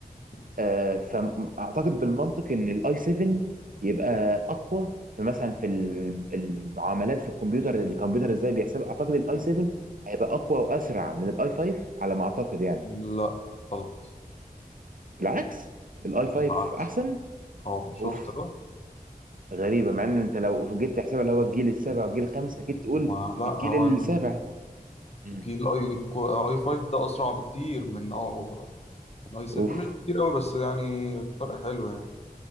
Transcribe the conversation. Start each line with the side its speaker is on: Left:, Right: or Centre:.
Left: مم.
Right: آه، فاعتقد بالمنطق ان الاي 7 يبقى اقوى في مثلا في ال- المعاملات في الكمبيوتر الكمبيوتر ازاي بيحسب اعتقد الاي 7 هيبقى اقوى واسرع من الاي 5 على ما اعتقد يعني
Left: لا غلط
Right: بالعكس الاي 5
Left: العكس
Right: احسن
Left: اه شفت
Right: اوف
Left: بقى
Right: غريبه مع ان انت لو جيت تحسبها اللي هو الجيل السابع والجيل الخامس اكيد تقول
Left: ما لا هو
Right: الجيل السابع
Left: ال-
Right: مم.
Left: الجيل اي كو- اي 5 ده اسرع بكتير من او من اي 7
Right: اوف
Left: مش بكتير قوي بس يعني فرق حلو يعني